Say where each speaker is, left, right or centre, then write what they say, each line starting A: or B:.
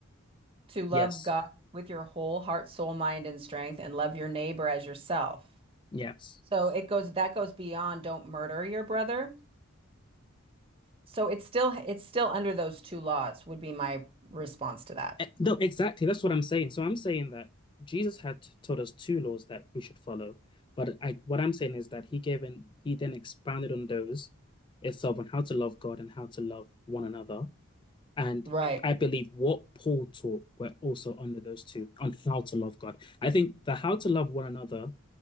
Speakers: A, on the right; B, on the left.
A: to love
B: Yes,
A: God with your whole heart, soul, mind, and strength, and love your neighbor as yourself.
B: yes.
A: So it goes that goes beyond don't murder your brother. So it's still it's still under those two laws would be my response to that.
B: E- No, exactly. That's what I'm saying. So I'm saying that Jesus had taught us two laws that we should follow, but I, what I'm saying is that he gave and he then expanded on those itself on how to love God and how to love one another. And
A: Right.
B: I believe what Paul taught were also under those two on how to love God. I think the how to love one another